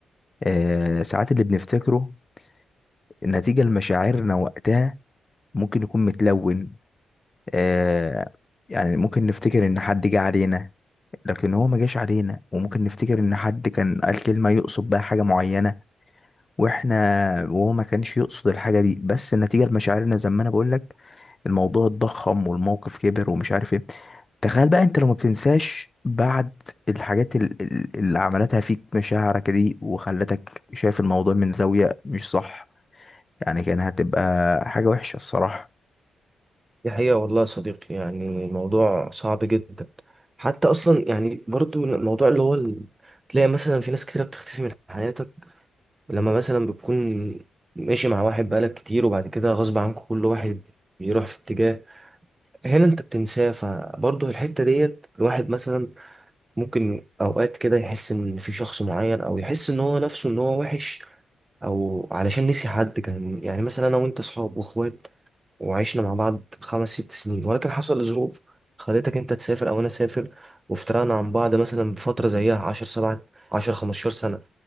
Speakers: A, on the left; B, on the right.
A: آه ساعات اللي بنفتكره نتيجه لمشاعرنا وقتها ممكن يكون متلون آه يعني ممكن نفتكر ان حد جه علينا لكن هو ما جاش علينا وممكن نفتكر ان حد كان قال كلمة يقصد بها حاجة معينة واحنا وهو ما كانش يقصد الحاجة دي بس نتيجة لمشاعرنا زي ما انا بقول لك الموضوع اتضخم والموقف كبر ومش عارف ايه تخيل بقى انت لو ما بتنساش بعد الحاجات ال- ال- اللي عملتها فيك مشاعرك دي وخلتك شايف الموضوع من زاوية مش صح يعني كان هتبقى حاجة وحشة الصراحة
B: دي حقيقة والله يا صديقي يعني الموضوع صعب جدا حتى أصلا يعني برضو الموضوع اللي هو ال- تلاقي مثلا في ناس كتيرة بتختفي من حياتك لما مثلا بتكون ماشي مع واحد بقالك كتير وبعد كده غصب عنك كل واحد بيروح في اتجاه هنا انت بتنساه فبرضه الحتة ديت الواحد مثلا ممكن أوقات كده يحس إن في شخص معين أو يحس إن هو نفسه إن هو وحش أو علشان نسي حد كان يعني مثلا أنا وأنت صحاب وأخوات وعشنا مع بعض خمس ست سنين ولكن حصل ظروف خلتك انت تسافر او انا اسافر وافترقنا عن بعض مثلا بفتره زيها 10 7 10 15 سنه